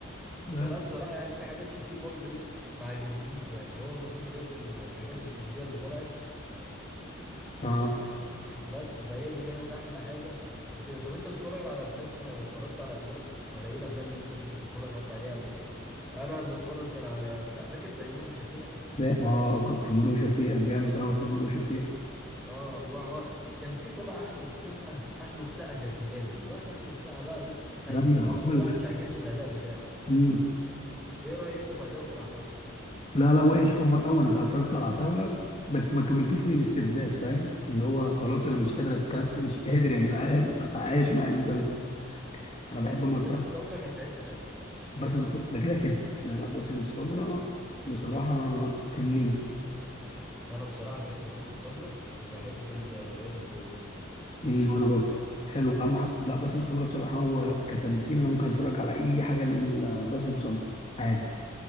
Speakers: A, on the left (about 30°); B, in the centre.
A: لا
B: فأنا
A: لا
B: بصراحة يعني في حاجات كتير برضو إيه ما عجبتنيش يعني هو مفيش غير ال- الحاجات الكوميدية اللي طلعت
A: اه
B: بس فهي دي كانت أحلى حاجة وكده طب أنت بتتفرج على أفلام اتفرجت على أفلام ولا إيه الأفلام اللي أنت كنت بتتفرج حتى عليها قبل كده أنا بتفرج كان على بتاع فاكر تيمور وشفيقة
A: لا اه كنت تيمور وشفيقة جامد قوي تيمور وشفيقة
B: اه وهو كان في طلع احمد السقا احمد السقا كان جامد دلوقتي احمد السقا بقى ايه خيش
A: رايق
B: انا
A: خالص
B: بصراحه مش عاجبني الاداء بتاعه
A: امم
B: ايه رايك انت في اداؤه في العتاوله
A: لا لا وحش اوفر قوي انا اتفرجت على عتاولة بس ما كملتوش من الاستفزاز فاهم اللي هو خلاص انا مش قادر أتكم... مش قادر يا جدعان اتعايش مع المسلسل انا بحب اما
B: باسم
A: اتفرج
B: سمره كان في حته تانية
A: باسم سمرة ده كده كده لا لا باسم سمرة بصراحة تنين
B: انا بصراحه بحب باسم سمره وبحب ال- رياض الخولي
A: امم وانا برضه حلو بقى مع... لا باسم سمرة بصراحة هو كتمثيل انا ممكن اتفرج على اي حاجة لباسم سمرة عادي